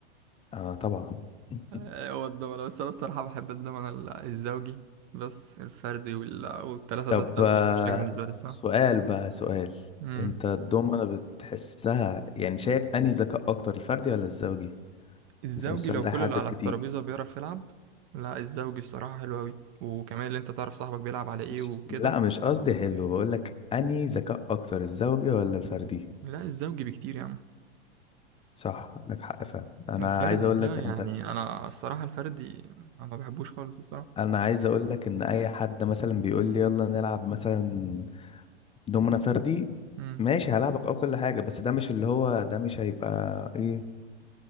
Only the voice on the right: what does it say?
آه، هو الدومنه بس انا الصراحه بحب الدومنه ال- الزوجي بس الفردي وال... والثلاثه
ده الثلاثه
مش حاجه بالنسبه لي الصراحه
امم
الزوجي
لو
كل
اللي على
الترابيزة بيعرف يلعب لا الزوجي الصراحة حلو أوي وكمان اللي أنت تعرف صاحبك بيلعب على إيه
وكده
لا الزوجي بكتير يا عم
الفردي
ده
يعني
أنا الصراحة الفردي أنا ما بحبوش خالص الصراحة
امم